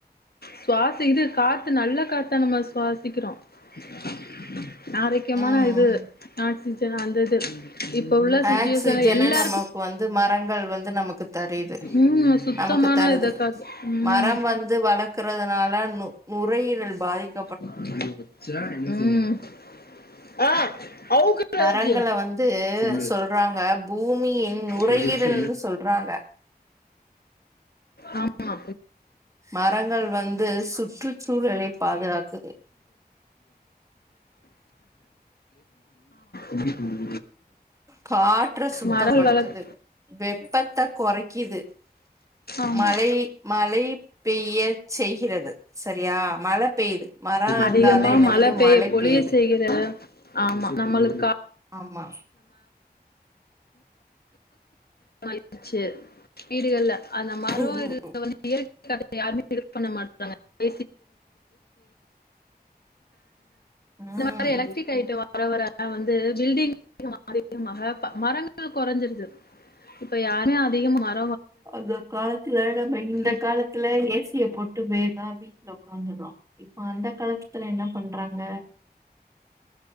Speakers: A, on the left; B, on the right.
A: சுவாச இது காத்து நல்லா க்கத்த நம்ம சுவாசிக்கிறோ <inaudible> ஆரோக்கியமான
B: ம்
A: இது ஆக்சிஜன் அந்த <unintelligible> இப்ப உள்ள சுச்சுவேஸன்
B: ஆக்சிஜன
A: எல்லா
B: நமக்கு வந்து மரங்கள் வந்து நமக்கு தெரியுது
A: ம் சுத்தமான
B: நமக்கு தருது
A: இத காத்து ம்
B: மரம் வந்து வளர்க்கறதுனால நு நுரையீரல் பாதிப்பு
A: ம் அவுக்குறதுக்கு
B: மரங்கள வந்து
A: சொல்லு
B: சொல்றாங்க பூமியின் நுரையீரல்னு
A: முடிச்சு
B: சொல்றாங்க
A: ஆமா
B: மரங்கள் வந்து சுற்றுச்சூழலைப் பாதுகாக்குது
A: உம்ம்
B: காற்ற சுத்தப்படுத்துது
A: மரல் வளக்
B: வெப்பத்த கொறைக்குது
A: ஆமா
B: மலை மலை பெய்ய செய்கிறது சரியா மல பெய்யுது மரோ இருந்தாதா
A: அதிகமா
B: என்னங்குது
A: மல பெய்ய
B: மழை
A: பொழிய
B: பெய்யுது
A: செய்கிறது ஆமா நம்மளுக்கா
B: ஆமா
A: ஆயிடுச்சு வீடுகள்ல அந்த மரோ
B: ம்
A: இது வந்து இயற்கை காத்த யாருமே யூஸ் பண்ண மாட்றாங்க <unintelligible>
B: ம்
A: இந்த மாரி எலக்ட்ரிக் ஐட்டம் வாங் வறவர வந்து பில்டிங் அதிகமாகி வர மரங்கள் கொறஞ்சிருது இப்ப யாரையோ அதிகமா மர
B: அந்த காலத்துல நம்ம இந்த
A: இப்
B: காலத்துல ஏசிய போட்டு வேகா வீட்ல ஒக்காந்துறோ இப்ப அந்த காலத்துல என்ன பண்றாங்க